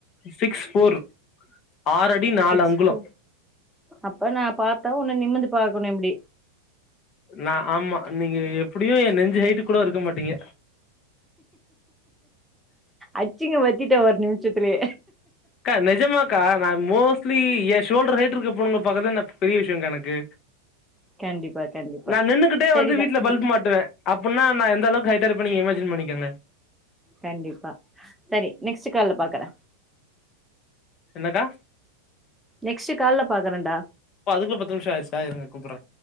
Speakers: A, on the left; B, in the centre.
A: சிக்ஸ் ஃபோர் ஆறு அடி நாலு
B: சிக்ஸ்
A: அங்குலோ
B: ஃபோ அப்ப நா பாத்தா ஒன்ன நிமிந்து பாக்கணு இப்டி
A: நா ஆமா நீங்க எப் டியு எ நெஞ்சு ஹைட்டு கூடோ இருக்க மாட்டீங்க
B: அச்சிங்க வச் சிட்ட ஒரு நிமிசத்துலே
A: அக்கா நெஜமாக்கா நா மோஸ்ட்லி எ ஷோல்டர் ஹைட் இருக்க பொன்னுங்க பாக்கதா எனக்கு பெரிய விஷயங்க எனக்கு
B: கண்டிப்பா கண்டிப்பா
A: நா நின்னுகிட்டே
B: சரிடா
A: வந்து வீட்ல
B: தம்பி
A: பல்ப் மாட்டுவே அப்பன்னா நா எந்தளவுக்கு ஹைட்டா இருப்பன் நீங்க இமஜின் பண்ணிக்கோங்க
B: கண்டிப்பா சரி நெக்ஸ்ட் கால்ல பாக்குறே
A: என்ன கா
B: நெக்ஸ்ட் கால்ல பாக்குறேன்டா
A: ஓ அதுக்குள்ள பத்து நிமிஷோ ஆயிருசா இருங்க கூப்புட்ற